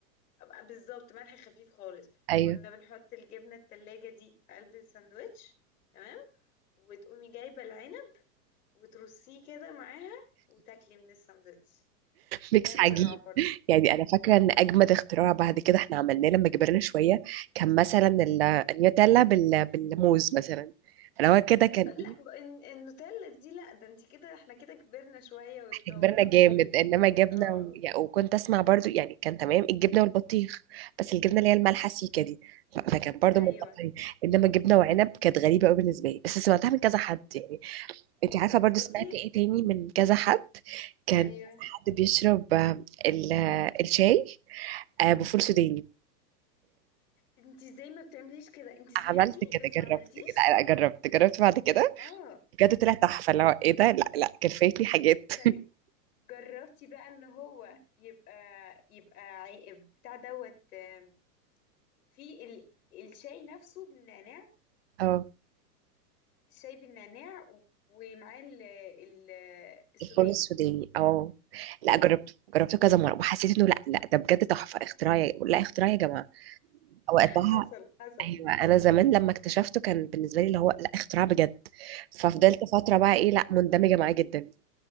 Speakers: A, on the left (about 60°); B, on the right (about 40°).
A: أبقى بالظبط ملح خفيف خالص
B: ايوه
A: كنا بنحط الجبنه التلاجة دي في قلب الساندوتش تمام وتقومي جايبه العنب وترصيه كده معاها وتاكلي من الساندوتش
B: ميكس
A: ده اختراع
B: عجيب
A: برضه
B: يعني انا فاكره ان اجمد اختراع بعد كده احنا عملناه لما كبرنا شويه كان مثلا ال- النيوتيلا بال- بالموز مثلا انا هو كده كان
A: لا
B: ايه
A: ب- الن- النوتيلا دي لا ده انت كده احنا كده كبرنا شويه واتطورنا
B: احنا كبرنا جامد
A: خالص
B: انما جبنه
A: اه
B: و... يعني وكنت اسمع برضو يعني كان تمام الجبنه والبطيخ بس الجبنه اللي هي المالحه سيكه دي ف- فكان برضو
A: ايوه
B: منطقي انما جبنه وعنب كانت غريبه قوي بالنسبه لي بس سمعتها من كذا حد يعني انت عارفه برضو
A: بصي
B: سمعت ايه تاني من كذا حد كان
A: ايوه
B: حد بيشرب آه، ال- آه، الشاي آه، بفول سوداني
A: انت ازاي ما بتعمليش كده انت سمعتي
B: عملت كده
A: بس ما
B: جربت
A: عملتيش
B: لا لا جربت جربت بعد كده
A: اه
B: بجد طلع تحفة اللي هو ايه ده لا لا كان فايتني حاجات
A: طيب جربتي بقى ان هو يبقى يبقى عي- بتاع دوت آم، في ال... الشاي نفسه بالنعناع
B: اه
A: الشاي بالنعناع و- ومعاه ال... ال... السوداني
B: الفول السوداني اه
A: اه
B: لا جربته جربته كذا مرة وحسيت انه لا لا ده بجد تحفة اختراع يا- لا اختراع يا جماعة وقتها
A: حصل حصل
B: ايوه انا زمان لما اكتشفته كان بالنسبة لي اللي هو لا اختراع بجد ففضلت فترة بقى ايه لا مندمجة معاه جدا